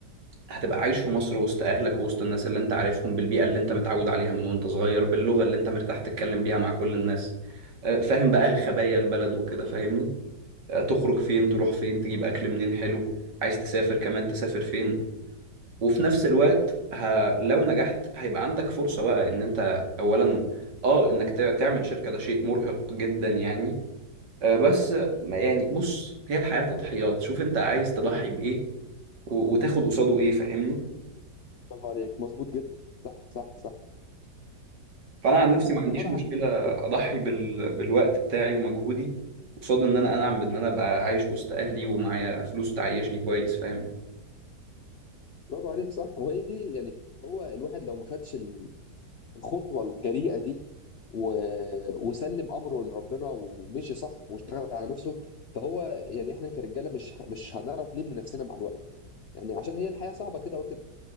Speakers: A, on the right; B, on the left.
A: هتبقى عايش في مصر وسط اهلك ووسط الناس اللي انت عارفهم بالبيئه اللي انت متعود عليها من وانت صغير باللغه اللي انت مرتاح تتكلم بيها مع كل الناس آه، فاهم بقى خبايا
B: صح
A: البلد وكده فاهمني آه، تخرج فين تروح
B: صح
A: فين تجيب اكل منين حلو عايز تسافر كمان تسافر فين وفي نفس الوقت ه... لو نجحت هيبقى عندك فرصه بقى ان انت اولا اه انك تع- تعمل شركه ده شيء مرهق جدا يعني آه، بس آه، يعني بص هي الحياه تضحيات شوف انت عايز تضحي بايه و... وتاخد قصاده ايه فاهمني
B: برافو عليك مظبوط جدا صح صح صح
A: فانا عن
B: هي
A: نفسي
B: الحياه برضو
A: ما عنديش
B: عباره
A: مشكله
B: عن يعني
A: اضحي بال... بالوقت بتاعي ومجهودي قصاد ان انا انعم بان انا ابقى عايش وسط اهلي ومعايا فلوس تعيشني كويس فاهم
B: برافو عليك صح وهي دي يعني هو الواحد لو ما خدش ال- الخطوه الجريئه دي و... وسلم امره لربنا ومشي صح واشتغل على نفسه فهو يعني احنا كرجاله مش مش هنعرف نبني نفسنا مع الوقت يعني عشان هي الحياه صعبه كده وكده